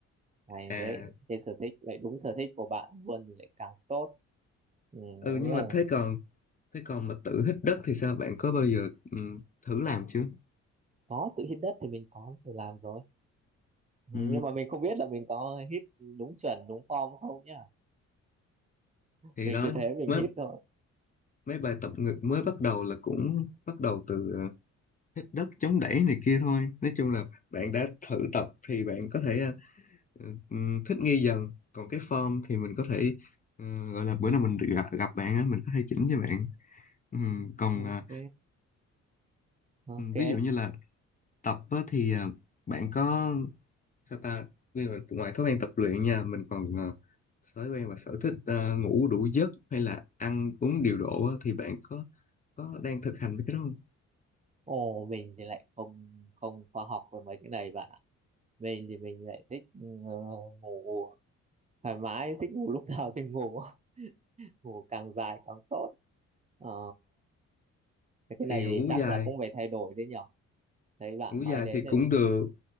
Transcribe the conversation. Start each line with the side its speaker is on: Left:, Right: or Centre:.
Right: này
Left: à
Right: đấy cái sở thích lại đúng sở thích của bạn luôn thì lại càng tốt ừ,
Left: ừ
Right: thế
Left: nhưng
Right: nghĩa
Left: mà
Right: là
Left: thế còn thế còn mà tự hít đất thì sao bạn có bao giờ ừ, thử làm chưa
Right: có tự hít đất thì mình có tự làm rồi ừ,
Left: ừ.
Right: nhưng mà mình không biết là mình có hít đúng chuẩn đúng form không nhá
Left: thì
Right: mình
Left: đó
Right: cứ thế mình
Left: mới
Right: hít thôi
Left: mấy bài tập ngực mới bắt đầu là cũng bắt đầu từ ờ, hít đất chống đẩy này kia thôi nói chung là bạn đã thử tập thì bạn có thể ờ, ừm, thích nghi dần còn cái form thì mình có thể ờ, gọi là bữa nào mình gặp, gặp bạn á mình có thể chỉnh cho bạn Ừm,
Right: Ừ,
Left: còn
Right: ok
Left: ờ,
Right: ok
Left: ừm, ví dụ như là tập á, thì ờ, bạn có sao ta Ví dụ ngoài thói quen tập luyện nha mình còn ờ, thói quen và sở thích ờ, ngủ đủ giấc hay là ăn uống điều độ á, thì bạn có có đang thực hành với cái đó không
Right: ồ mình thì lại không không khoa học về mấy cái này bạn ạ mình thì mình lại thích ừ, ngủ thoải mái thích ngủ lúc nào thì ngủ <laughs> ngủ càng dài càng tốt Ờ, thế cái này
Left: thì ngủ
Right: thì chắc
Left: dài
Right: là cũng phải thay đổi đấy nhở thấy bạn
Left: Ngủ dài
Right: nói đến
Left: thì
Right: nên
Left: cũng
Right: mình
Left: được
Right: mới